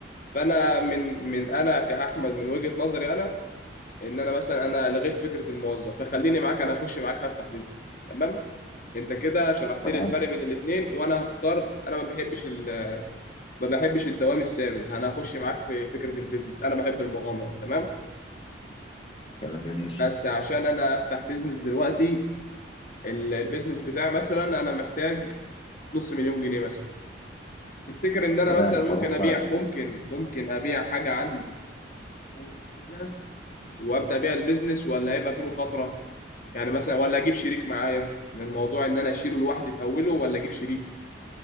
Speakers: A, on the left (about 45°); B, on the left (about 30°).
A: فأنا من من أنا كأحمد من وجهة نظري أنا ان انا مثلا انا لغيت فكره الموظف فخليني معاك انا اخش معاك هفتح بيزنس تمام انت كده شرحت
B: تمام
A: لي الفرق بين الاثنين وانا هختار انا ما بحبش ال... ما بحبش الدوام الثابت انا هخش معاك في فكره البيزنس انا بحب المغامره تمام
B: كلام جميل
A: بس عشان انا افتح بيزنس دلوقتي ال- البيزنس بتاعي مثلا انا محتاج نص مليون جنيه مثلا تفتكر ان انا
B: تمام
A: مثلا ممكن
B: كراس
A: ابيع
B: مال
A: ممكن ممكن ابيع حاجه عندي انا محتاجها وابدا بيها البيزنس ولا هيبقى في مخاطره يعني مثلا ولا اجيب شريك معايا انا الموضوع ان انا اشيله لوحدي في اوله ولا اجيب شريك